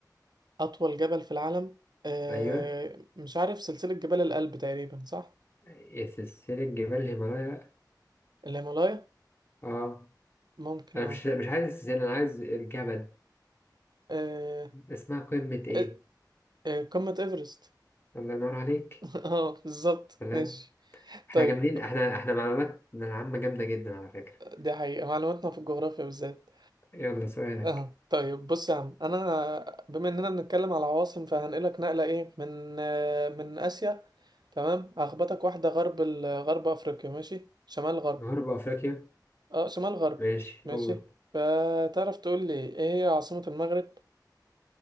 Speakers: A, on the right; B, on the left.
A: اطول جبل في العالم آه
B: أيوه
A: مش عارف سلسلة جبال الألب تقريبا صح
B: إيه سلسلة جبال الهيمالايا بقى.
A: الهيمالايا
B: آه
A: ممكن
B: أنا
A: اه
B: مش مش عايز السلسلة أنا عايز الجبل
A: آه،
B: اسمها قمة إيه
A: آه، آه، قمة إيفرست
B: الله ينور عليك
A: <laughs> اه بالظبط
B: تمام
A: ماشي
B: احنا
A: طيب
B: جامدين احنا احنا معلوماتنا العامة جامدة جدا على فكرة
A: دي حقيقة معلوماتنا في الجغرافيا بالذات
B: يلا سؤالك
A: اه طيب بص يا عم انا بما اننا بنتكلم على عواصم فهنقلك نقلة ايه من آه، من اسيا تمام هخبطك واحدة غرب ال- غرب افريقيا ماشي شمال غرب
B: غرب أفريقيا
A: اه شمال غرب
B: ماشي
A: ماشي
B: قول
A: فتعرف تقول لي ايه هي عاصمة المغرب